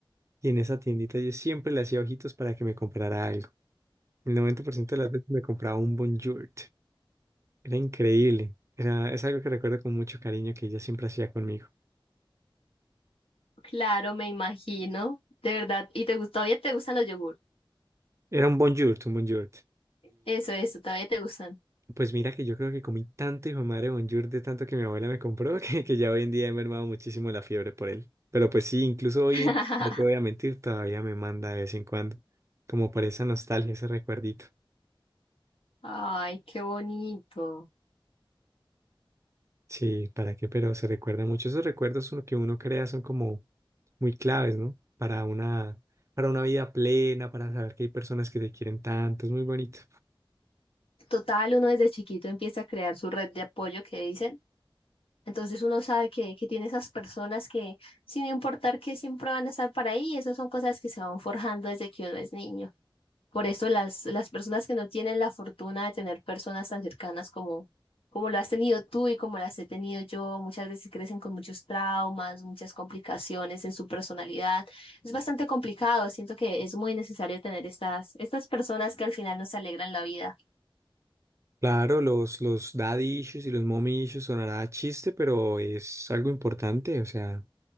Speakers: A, on the right; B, on the left.
A: Y en esa tiendita yo siempre le hacía ojitos para que me comprara algo. El 90% de las veces me compraba un Bonjour. Era increíble. Era, es algo que recuerdo con mucho cariño que ella siempre hacía conmigo.
B: Claro, me imagino. De verdad. ¿Y te gusta, todavía te gustan los yogurts?
A: Era un Bonjour, un Bonjour.
B: Eso, eso, todavía te gustan.
A: Pues mira que yo creo que comí tanto hijo de madre Bonjour de tanto que mi abuela me compró <laughs> que, que ya hoy en día he mermado muchísimo la fiebre por él. Pero pues sí, incluso hoy,
B: <laughs>
A: en- no te voy a mentir, todavía me manda de vez en cuando, como por esa nostalgia, ese recuerdito.
B: Ay, qué bonito.
A: Sí, ¿para qué? Pero se recuerda mucho. Esos recuerdos son lo que uno crea son como muy claves, ¿no? Para una, para una vida plena, para saber que hay personas que te quieren tanto, es muy bonito.
B: Total, uno desde chiquito empieza a crear su red de apoyo que dicen Entonces uno sabe que, que tiene esas personas que, sin importar que siempre van a estar para ahí, y eso son cosas que se van forjando desde que uno es niño. Por eso las, las personas que no tienen la fortuna de tener personas tan cercanas como, como lo has tenido tú y como las he tenido yo, muchas veces crecen con muchos traumas, muchas complicaciones en su personalidad. Es bastante complicado, siento que es muy necesario tener estas, estas personas que al final nos alegran la vida.
A: Claro, los, los daddy issues y los mommy issues sonará a chiste, pero es algo importante. O sea,